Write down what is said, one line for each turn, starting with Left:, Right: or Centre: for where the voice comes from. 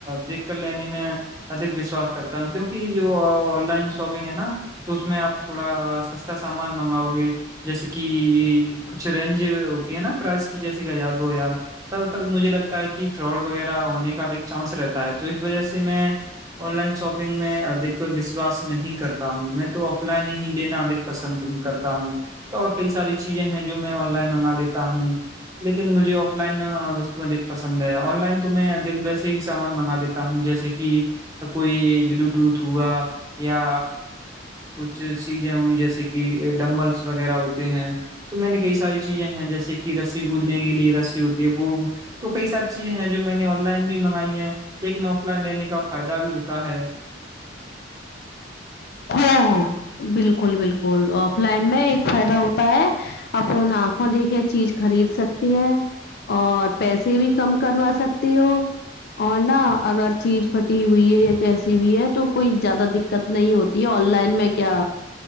Right: دیک کر لینے میں ادک وشواس کرتا ہوں کیوںکہ جو آن لائن شاپنگ ہے نا تو اس میں آپ تھوڑا سستا سامان منگاؤ گے جیسے کہ کچھ رینج ہوتی ہے نا پرائز کی جیسے کہ ہزار دو ہزار تب تک مجھے لگتا ہے کہ فراڈ وغیرہ ہونے کا ادھک چانس رہتا ہے تو اس وجہ سے میں آن لائن شاپنگ میں ادھ وشاس نہیں کرتا ہوں میں تو آف لائن ہی لینا اد پسند کرتا ہوں تو اور کئی ساری چیزیں ہیں جو میں آن لائن منگا لیتا ہوں لیکن مجھے آف لائن وو اک پسند ہے آن لائن تو میں ویسے ہی سامان منگا دیتا ہوں جیسے کہ کوئی بلوٹوتھ ہوا یا کچھ چیزیں ہوئی جیسے کہ ڈمبلس وغیرہ ہوتے ہیں تو میں نے کئی ساری چیزیں ہیں جیسے کہ رسی کودنے کے لیے رسی ہوتی ہے وہ تو کئی ساری چیزیں ہیں جو میں نے آن لائن بھی منگائی ہیں لیکن آف لائن لینے کا فائدہ بھی ہوتا ہے
Left: ہاں ہاں بالکل بالکل آف لائن میں ایک فائدہ ہوتا ہے اپنا آ کو دیکھے چیز خرید سکتے ہیں اور پیسے بھی کم کروا سکتے ہو اور نہا اگر چیز پھٹی ہوئی ہے یا کیسی بھی ہے تو کوئی زیادہ دقت نہیں ہوتی آن لائن میں کیا